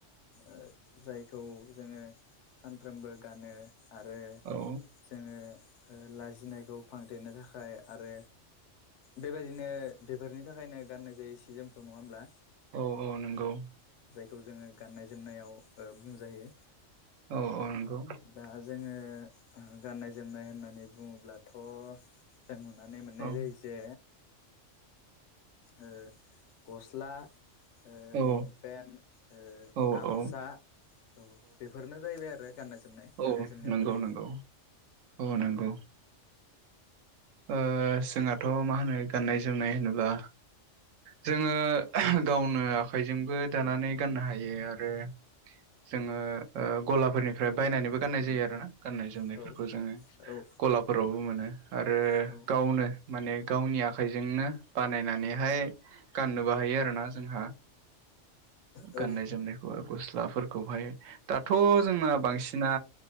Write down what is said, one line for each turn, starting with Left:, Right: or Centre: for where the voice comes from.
Left: ओ जायखौ जोङो। सानफ्रोमबो गानो आरो
Right: औ
Left: जोङो। ओ लाजिनायखौ फांथेनो थाखाय आरो बेबायदिनो बेफोरनि थाखायनो गाननाय जायो सि जोमखौ नङा होमब्ला?
Right: औ औ नोंगौ।
Left: खौ जोङो गाननाय जोमनायाव ओ बुंजायो
Right: औ औ नंगौ
Left: दा जोङो ओ गाननाय जोमनाय होननानै बुङोब्लाथ' जों नुनानै मोननाय
Right: औ
Left: जायो जे ओ गस्ला ओ
Right: औ
Left: लंपेन ओ
Right: औ
Left: गामसा
Right: औ
Left: औ बेफोरनो जाहैबाय आरो गाननाय जोमनाय
Right: औ
Left: गाननाय जोमनायाव
Right: नोंगौ
Left: गोलैयो
Right: नोंगौ
Left: बेफोरनो
Right: औ नोंगौ। ओ जोंहाथ' मा होनो गाननाय जोमनाय होनोब्ला जोङो गावनो आखाइजोंबो दानानै गाननो हायो आरो। जोङो ओ गलाफोरनिफ्राय बायनानैबो गाननाय जायो आरोना गाननाय जोमनायफोरखौ
Left: औ
Right: जोङो
Left: औ
Right: गलाफोरावबो मोनो। आरो
Left: औ
Right: गावनो माने गावनि आखाइजोंनो बानायनानैहाय गाननोबोहाय यो आरोना जोंहा।
Left: औ
Right: गाननाय जोमनाय खौ गस्लाफोरखौहाय दाथ' जोंना बांसिना